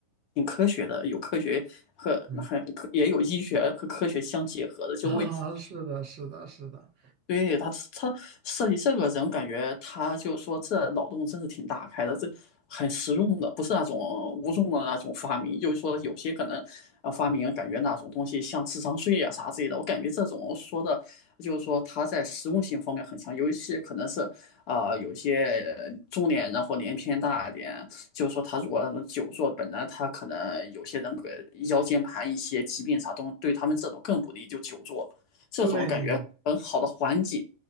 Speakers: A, on the left; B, on the right.
A: 挺科学的，有科学和很也有医学和科学相结合的，
B: 对，<laughs>
A: 就为
B: 啊，是的，是的，是的，
A: 对他，他设计这个人，感觉他就说这脑洞真是挺大开的，这很实用的，不是那种无用的那种发明。就是说，有些可能啊发明感觉那种东西像智商税啊啥之类的，我感觉这种说的，就是说他在实用性方面很强，尤其是可能是啊、呃有些呃中年人或年纪偏大一点，就是说他如果那种久坐，本来他可能有些人个腰间盘一些疾病啥东西，对他们这种更不利，就久坐。这种感觉很好的缓解。
B: 对，